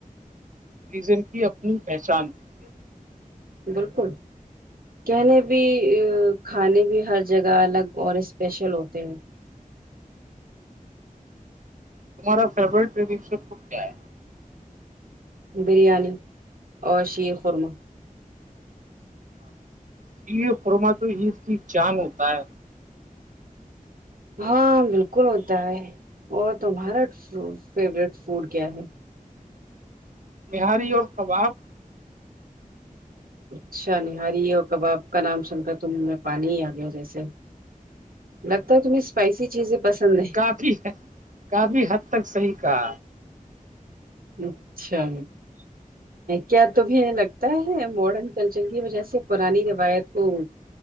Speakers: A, on the right; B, on the right.
A: ریزن کی اپنی پہچان ہوتی ہے
B: بالکل کہنے بھی کھانے بھی ہر جگہ الگ اور اسپیشل ہوتے ہیں
A: تمہارا فیوریٹ ٹریڈنشن کیا ہے
B: بریانی اور شیر خورمہ
A: شیرخرمہ تو عید کی جان ہوتا ہے
B: ہاں بالکل ہوتا ہے اور تمہارا فیورٹ فوڈ کیا ہے
A: نہاری اور کباب
B: اچھا نہاری اور کباب کا نام سن کر تومنہ میں پانی ہی آ گیا ہو جیسے لگتا ہے تمہیں اسپائسی چیزیں پسند نہیں
A: کافی ہے <unintelligible> کافی حد تک صحی تھا
B: اچھا کیا تمہیں لگتا ہے ماڈرن کلچر کی وجہ سے پرانی روایت کو